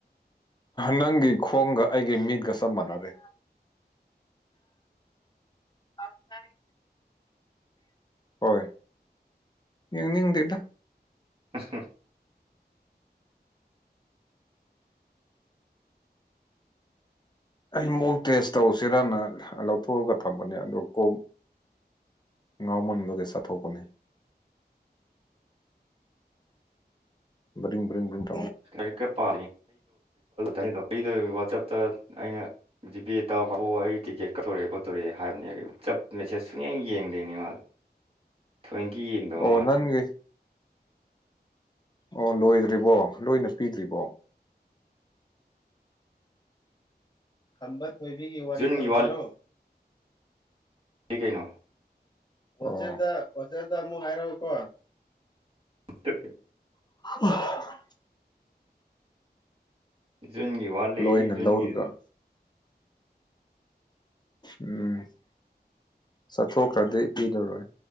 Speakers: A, on the left; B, on the right.
A: ꯅꯪꯒꯤ ꯈꯣꯡꯒ ꯑꯩꯒ ꯃꯤꯠꯒ ꯆꯞ ꯃꯥꯟꯅꯔꯦ
B: <inaudible>
A: ꯑꯁ ꯍꯣꯏ ꯌꯦꯡꯅꯤꯡꯗꯗ
B: ꯍ ꯍ
A: ꯑꯩ ꯑꯃꯨꯛ ꯇꯦꯁ ꯇꯧꯁꯤꯔꯅ ꯂꯧꯊꯣꯛꯑꯒ ꯊꯝꯕꯅꯦ ꯑꯗꯣ ꯀꯣꯝ ꯉꯥꯎ ꯃꯕꯒꯒꯤ ꯆꯠꯊꯣꯛꯕꯅꯦ
B: <inaudible>
A: <unintelligible>
B: <unintelligible> ꯇ ꯑꯩꯗꯣ ꯋꯥꯆꯞꯇ ꯑꯩꯅ ꯖꯤꯄꯦ ꯇꯥꯔꯛꯄ ꯑꯣ ꯑꯩ ꯇꯤꯛꯀꯦꯠ ꯀꯥꯊꯣꯔꯛꯑꯦꯣ ꯇꯣꯔꯦ ꯍꯥꯏꯕꯅꯦ ꯑꯩ ꯋꯥꯆꯞ ꯃꯦꯁꯦꯁ ꯁꯨꯡꯌꯦꯡ ꯌꯦꯡꯗꯦꯅꯦꯉꯥꯗ ꯇ꯭ꯣꯏꯦꯟꯀꯤꯤ ꯌꯦꯡꯗꯕ
A: ꯑꯣ
B: ꯃꯥꯜꯂꯦ
A: ꯅꯪꯒꯤ ꯑꯣ ꯂꯣꯏꯗ꯭ꯔꯤꯕꯣ ꯂꯣꯏꯅ ꯄꯤꯗ꯭ꯔꯤꯕꯣ ꯈꯝꯕ ꯊꯣꯏꯕꯤꯒꯤ ꯋꯥꯔꯤ
B: ꯖꯨꯟꯒꯤ
A: ꯇꯧꯖꯔꯣ
B: ꯀ ꯀꯩꯩꯅꯣ
A: ꯑꯣꯆꯦꯗ ꯑꯣꯆꯦꯗ ꯃꯨ ꯍꯩꯔꯥꯎ ꯀ
B: ꯇꯀꯦ
A: ꯑ
B: ꯌꯨꯟꯒꯤ ꯋꯥꯂꯤ
A: ꯂꯣꯏꯅ
B: ꯌꯨꯟꯒꯤ
A: ꯂꯧꯔꯒ ꯎꯝ ꯆꯠꯊꯣꯛꯈ꯭ꯔꯗꯤ ꯄꯤꯗꯔꯣꯏ